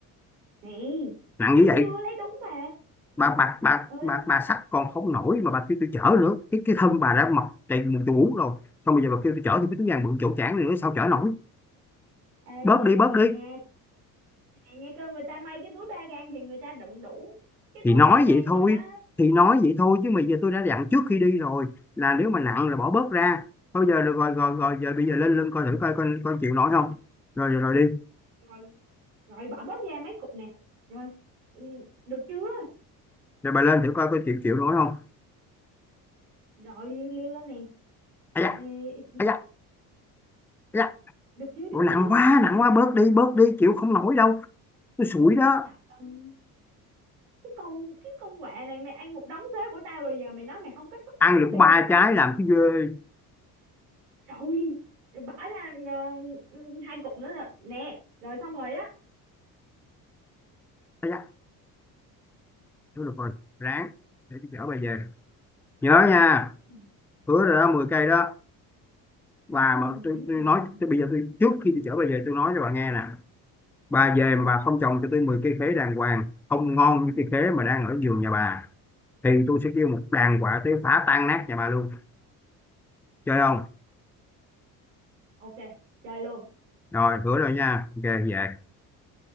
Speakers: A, on the right; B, in the centre.
A: Nè,
B: nặng
A: thấy
B: như vậy
A: chưa, lấy đúng mà.
B: bà bà
A: Trời
B: bà
A: ơi,
B: bà, bà xách còn không nổi mà bà kêu tôi chở nữa cái cái thân bà đã mọc đầy mù chù rồi xong bây giờ bà kêu tôi chở thì cái túi vàng bự chỗ chảng này nữa sao chở nổi
A: ê
B: bớt
A: nha
B: đi bớt
A: nè
B: đi
A: nha, nè nha kêu người ta may cái túi ba gang thì người ta đựng đủ cái
B: thì
A: túi
B: nói
A: ba gang
B: vậy thôi
A: rồi đó.
B: thì nói vậy thôi chứ mà giờ tôi đã dặn trước khi đi rồi là nếu mà nặng là bỏ bớt ra thôi giờ được rồi rồi rồi giờ bây giờ lên lên coi thử coi con con chịu nổi không rồi rồi, rồi đi
A: Rồi rồi bỏ bớt ra mấy cục nè. Rồi, ừ, được chưa?
B: rồi bà lên thử coi coi chịu chịu nổi không
A: Rồi liêu liêu lên nè.
B: ai da
A: Ê,
B: ai da ai da
A: được chưa, được
B: Ủa, nặng
A: chưa?
B: quá nặng quá bớt đi bớt đi chịu không nổi đâu tôi sủi đó
A: Trời ơi, cái con cái con quạ này mày ăn một đống thuế của tao rồi giờ mày nói mày không có sức
B: ăn
A: chở
B: được
A: tao đi
B: có ba
A: là sao?
B: trái làm cái ghê
A: Rồi, bỏ ra ờ, hai cục nữa là nè, rồi xong rồi đó.
B: ai da thôi được rồi ráng để tôi chở bà về nhớ nha
A: Ừ,
B: hứa rồi đó 10 cây đó
A: Ừ,
B: và mà tôi,
A: biết
B: tôi
A: rồi.
B: nói tôi, bây giờ tôi trước khi tôi chở bà về tôi nói cho bà nghe nè bà về
A: Ừ,
B: mà bà không trồng cho tôi 10 cây khế đàng hoàng không ngon như cây khế mà đang ở vườn nhà bà thì tôi sẽ kêu một đàn quả tới phá tan nát nhà bà luôn chơi không
A: ok, chơi luôn.
B: rồi hứa rồi nha ok về